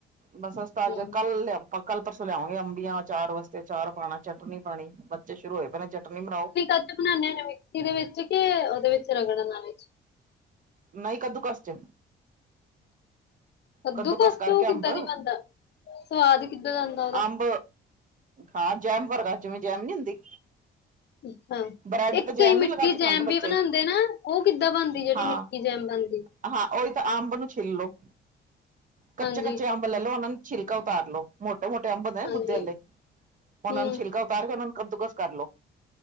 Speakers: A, on the right (about 40°); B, on the left (about 60°).
A: ਬਸ ਅੱਜ
B: ਹੂੰ
A: ਕੱਲ ਲਿਆ- ਕੱਲ ਪਰਸੋਂ ਲਿਆਵਾਂਗੇ ਅੰਬੀਆਂ ਅਚਾਰ ਵਾਸਤੇ ਅਚਾਰ ਪਾਣਾ ਚਟਨੀ ਪਾਣੀ- ਤੇ ਸ਼ੁਰੂ ਹੋਏ ਪਏ ਨੇ ਚਟਨੀ ਬਣਾਓ ਚ-
B: ਬਉਂਦੇ ਹ ਨੇ ਵੀ <unintelligible> <unintelligible> ਮਿਕਸੀ ਦੇ ਵਿਚ ਕੇ ਉਹਦੇ ਵਿਚ ਰਗੜਨ ਆਲੇ ਚ-
A: ਨਹੀ ਕਦੁਕਸ 'ਚ-
B: ਕੱਦੂ
A: ਕੱਦੂਕਸ
B: ਕਸ
A: ਕਰਕੇ
B: ਨੂੰ ਕਿੱਦਾਂ
A: ਅੰਬ
B: ਨੀ ਬਨਦਾ ਸਵਾਦ ਈ ਕਿੱਦਾਂ ਦਾ ਆਂਦਾ ਉਹਦਾ-
A: ਅੰਬ ਹਾਂ ਜੈਮ ਵਰਗਾ ਜਿਵੇ ਜੈਮ ਨੀ ਹੁੰਦੀ-
B: ਹੁ-
A: ਬ੍ਰੈਡ
B: ਇਕ
A: ਤੇ ਜੈਮ
B: ਈ ਮਿੱਠੀ
A: ਨੀ ਲਗਾ ਕੇ
B: ਜੈਮ
A: ਖਾਂਦੇ ਬੱਚੇ
B: ਵੀ ਬਨਾਂਦੇ ਨਾ ਉਹ ਕਿੱਦਾਂ ਬਨਦੀ ਜਿਹੜੀ
A: ਹਾਂ
B: ਮਿੱਠੀ ਜੈਮ ਬਨਦੀ-
A: ਹਾਂ ਉਹੀ ਤਾਂ ਅੰਬ ਨੂੰ ਛਿਲ ਲੋ- ਕੱਚੇ
B: ਹਾਂਜੀ
A: ਕੱਚੇ ਅੰਬ ਲੈ ਲਓ ਉਹਨਾਂ ਨੂੰ ਛਿਲਕਾ ਉਤਾਰ ਲੋ- ਮੋਟੇ ਮੋਟੇ ਅੰਬ ਹੋਂਦੇ ਨੇ
B: ਹਾਂਜੀ
A: ਗੁਦੇ ਆਲੇ ਉਹਨਾਂ
B: ਹਮ
A: ਨੂੰ ਛਿਲਕਾ ਉਤਾਰ ਕੇ ਉਹਨਾਂ ਨੂੰ ਕੱਦੂਕਸ ਕਰ ਲਓ।